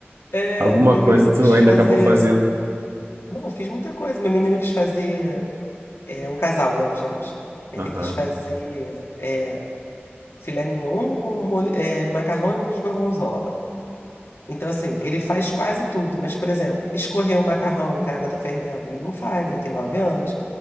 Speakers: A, on the left; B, on the right.
A: É,
B: alguma
A: meu
B: coisa
A: menino
B: tu
A: quis
B: ainda
A: fazer.
B: acabou fazendo.
A: Não, eu fiz muita coisa. Meu menino quis fazer. É um casal, né, os gêmeos. Ele
B: Aham.
A: quis fazer. é, filé mignon com molho, é, macarrão e molho de gorgonzola. Então, assim, ele faz quase tudo, mas, por exemplo, escorrer o macarrão que a água tá fervendo, ele não faz, ele tem nove anos.